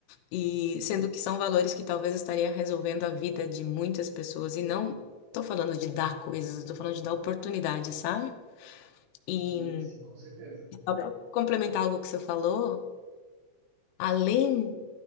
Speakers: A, on the left (about 75°); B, on the right (about 80°).
A: E sendo que são valores que talvez estaria resolvendo a vida de muitas pessoas. E não tô falando de dar coisas, tô falando de dar oportunidade, sabe? E
B: Sim, sim, com certeza.
A: só para complementar algo que você falou, além